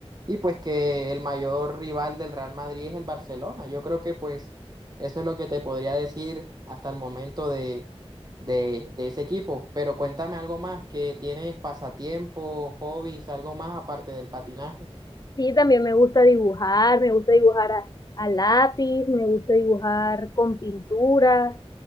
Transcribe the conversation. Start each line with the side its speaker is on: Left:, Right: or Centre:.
Right: Y pues que el mayor rival del Real Madrid es el Barcelona. Yo creo que pues eso es lo que te podría decir hasta el momento de, de, de ese equipo. Pero cuéntame algo más, que tienes pasatiempos, hobbies, algo más aparte del patinaje.
Left: Sí, también me gusta dibujar, me gusta dibujar a, a lápiz, me gusta dibujar con pintura,